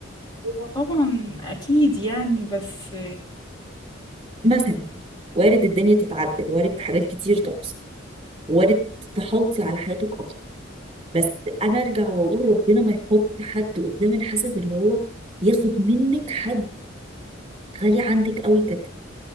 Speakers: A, on the left; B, on the right.
A: هو طبعا اكيد يعني بس
B: مثلا وارد الدنيا تتعدل وارد حاجات كتير تحصل وارد تحوطي على حياتك اكتر بس انا ارجع واقول ربنا ما يحط حد قدام الحسد اللي هو ياخد منك حد غالي عندك قوي كده.